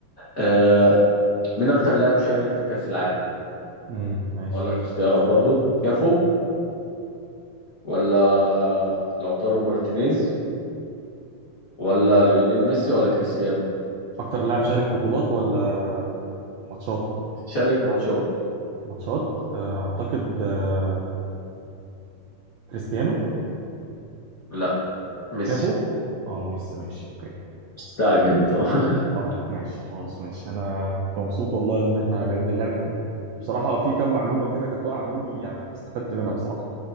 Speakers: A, on the left; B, on the right.
A: آه مين أكتر لاعب شارك في كأس العالم؟
B: امم ماشي
A: أقول لك اختيارات برضو كافو ولا لوتارو مارتينيز ولا ليونيل ميسي ولا كريستيانو
B: اكتر لاعب شارك بطولات ولا ماتشات
A: شارك ماتشات
B: ماتشات آه، اعتقد آه، كريستيانو
A: لا ميسي
B: كافو اه ميسي ماشي اوكي
A: مستعجل انت <laughs>
B: اه ماشي خلاص ماشي انا كنت مبسوط والله ان احنا لعبنا اللعبة دي بصراحة في كم معلومة كده كانت واقعة مني يعني انا استفدت منها بصراحة